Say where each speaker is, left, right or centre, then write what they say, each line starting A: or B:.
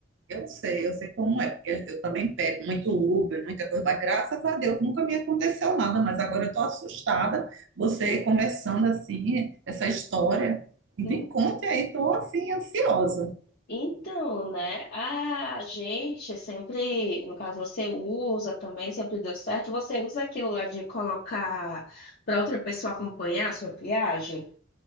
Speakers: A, on the right; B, on the left.
A: Eu sei, eu sei como é, porque eu também pego muito Uber, muita coisa, mas graças a Deus nunca me aconteceu nada, mas agora eu estou assustada, você conversando assim, essa história. Me
B: En-
A: conte aí, estou assim, ansiosa.
B: Então, né? A gente sempre, no caso, você usa também, sempre deu certo. Você usa aquilo lá de colocar para outra pessoa acompanhar a sua viagem.